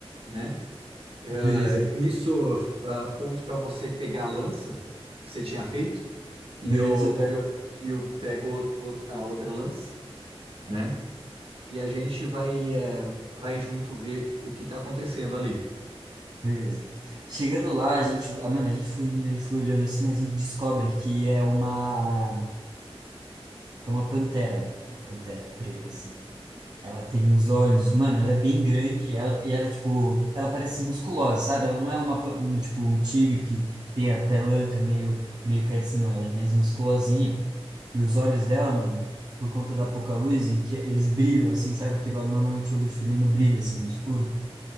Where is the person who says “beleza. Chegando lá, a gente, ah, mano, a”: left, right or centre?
Right